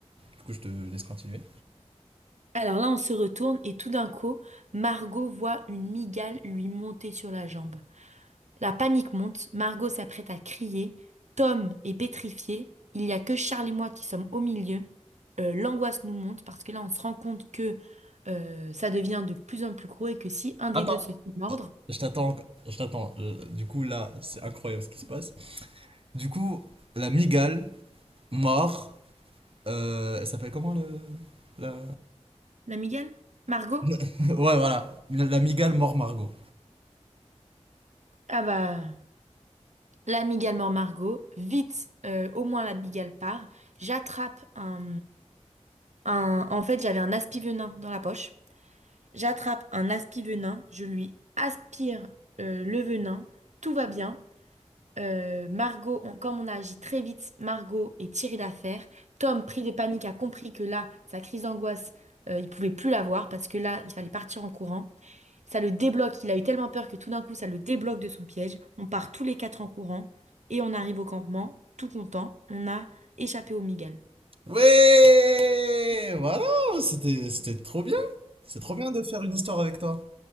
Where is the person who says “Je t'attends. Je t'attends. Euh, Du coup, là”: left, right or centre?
Right